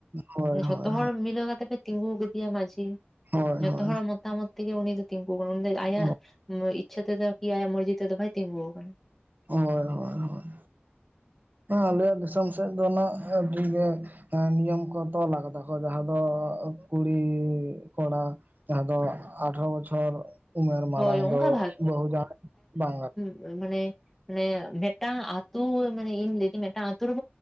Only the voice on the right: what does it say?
ᱦᱳᱭ
ᱦᱳᱭ
ᱦᱳᱭ
ᱦᱳᱭ
ᱦᱳᱭ
ᱦᱳᱭ
ᱦᱳᱭ ᱦᱳᱭ ᱦᱳᱭ ᱟᱞᱮᱭᱟᱜ ᱫᱤᱥᱚᱢ ᱥᱮᱫ ᱫᱚ ᱱᱟᱜ ᱟᱹᱰᱤᱜᱮ ᱮᱸ ᱱᱤᱭᱚᱢ ᱠᱚ ᱛᱚᱞ ᱟᱠᱟᱫᱟ ᱠᱚ ᱡᱟᱦᱟᱸ ᱫᱚ ᱠᱩᱲᱤ ᱠᱚᱲᱟ ᱡᱟᱦᱟᱸ ᱫᱚ ᱟᱴᱷᱨᱚ ᱵᱚᱪᱷᱚᱨ ᱩᱢᱮᱨ ᱢᱟᱲᱟᱝ
ᱫᱚ ᱵᱟᱹᱦᱩ ᱡᱟᱣᱟᱭ ᱵᱟᱝ ᱜᱟᱱᱚᱜ᱾